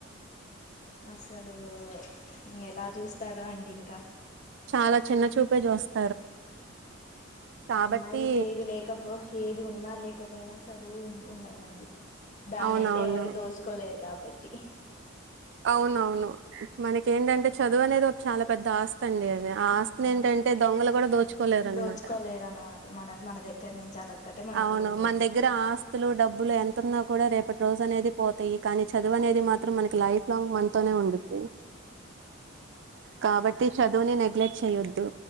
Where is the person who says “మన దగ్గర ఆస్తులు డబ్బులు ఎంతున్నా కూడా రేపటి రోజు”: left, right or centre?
Right